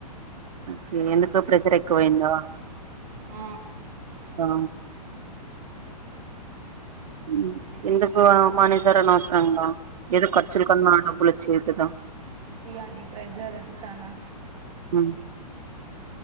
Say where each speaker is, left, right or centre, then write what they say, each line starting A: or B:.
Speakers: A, on the right; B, on the right.
A: ఓకే ఎందుకు ప్రెషర్ ఎక్కువైందా
B: ఆ
A: సా హు ఎందుకు ఆ మానేసారనవసరంగా ఏదో ఖర్చలు కన్నా డబ్బలొ చేసెదా
B: తీయండి ప్రైజర్ అది చనా
A: ఉమ్